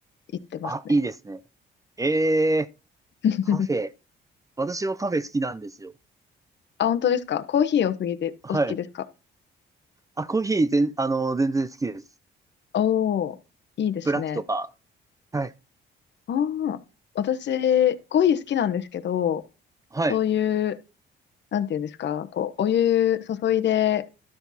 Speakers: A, on the left; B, on the right.
A: 行ってますね。
B: あ、いいですね。ええ
A: <laughs>
B: カフェ。私もカフェ好きなんですよ。
A: あ、本当ですかコーヒーお好きで、
B: はい。
A: お好きですか
B: あ、コーヒー全、あの、全然好きです。
A: おー、いいですね。
B: ブラックとか。はい。
A: ああ、私、コーヒー好きなんですけど、
B: はい。
A: そういう、なんていうんですか、こう、お湯注いで